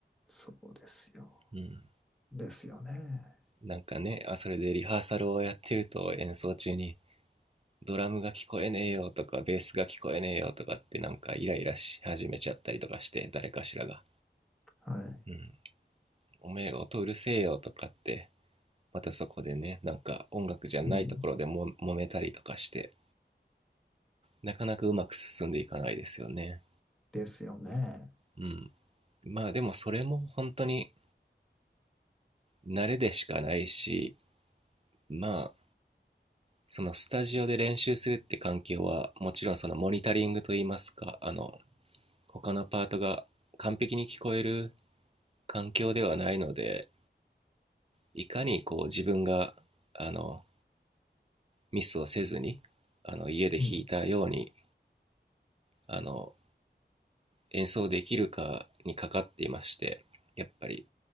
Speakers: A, in the centre; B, on the right.
A: そうですよ。
B: うん、
A: ですよね。
B: なんかねあそれでリハーサルをやってると演奏中にドラムが聞こえねえよとかベースが聞こえねえよとかってなんかイライラし始めちゃったりとかして誰かしらが、
A: は
B: うん、おめえ音うるせえよとかってまたそこでねなんか音楽じゃないところでも揉めたりとかして
A: い。うん。
B: なかなかうまく進んでいかないですよね。
A: ですよね。
B: うん、まあでもそれも本当に慣れでしかないしまあそのスタジオで練習するって環境は、もちろんそのモニタリングといいますか、あの、他のパートが完璧に聞こえる環境ではないので、いかにこう自分が、あの、ミスをせずに、あの、家で弾いたように、
A: うん。
B: あの、演奏できるかにかかっていまして、やっぱり、